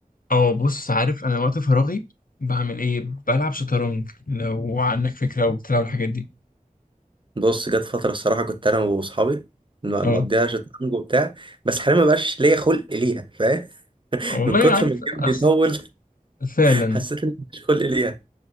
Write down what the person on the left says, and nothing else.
اه بص عارف انا وقت فراغي بعمل ايه بلعب شطرنج لو عندك فكره او بتلعب الحاجات دي
اه
والله
عارف
أص-
فعلا